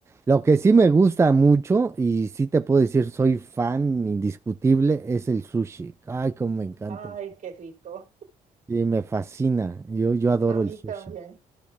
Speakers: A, on the right; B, on the right.
A: Lo que sí me gusta mucho, y sí te puedo decir, soy fan indiscutible, es el sushi. Ay, cómo me encanta
B: Ay,
A: el sushi.
B: qué rico.
A: Sí, me fascina. Yo, yo adoro
B: A mí
A: el sushi.
B: también.